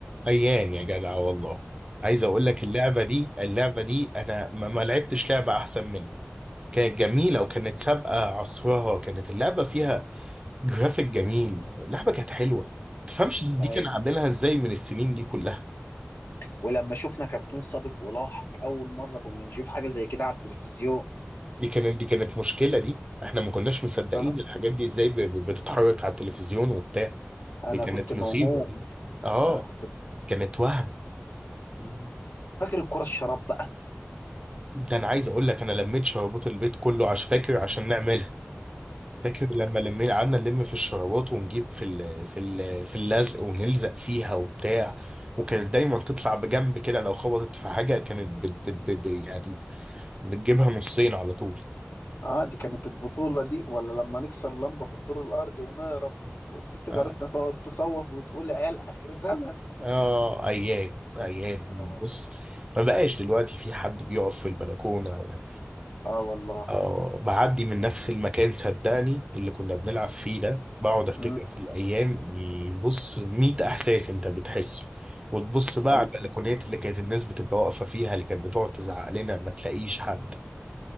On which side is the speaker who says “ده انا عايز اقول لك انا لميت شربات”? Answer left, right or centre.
Right